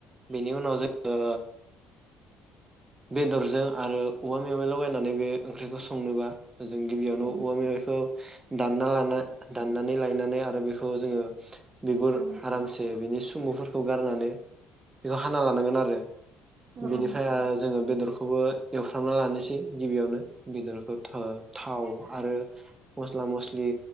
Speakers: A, on the right; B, on the right.
A: बिनि उनाव जोङो बेदरजों आरो औवा मेवाइ लगायनानै बे ओंख्रिखौ संनोबा जों गिबियावनो
B: औ
A: औवा मेवाइखौ दानना लाना दाननानै लायनानै आरो बेखौ जोङो बिगुर
B: औ
A: आरामसे बिनि सुमुफोरखौ गारनानै बेखौ हाना लानांगोन आरो।
B: औ
A: बेनिफ्राय
B: औ
A: ओ बेदरखौबो एवफ्रामना लानोसै गिबियावनो। बेदरखौ था-थाव आरो मस्ला मस्लि